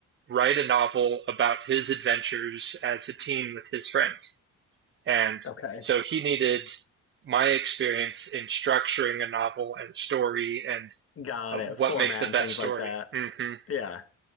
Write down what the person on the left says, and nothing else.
Okay.
Got
it. Format
and things
like that.
Yeah.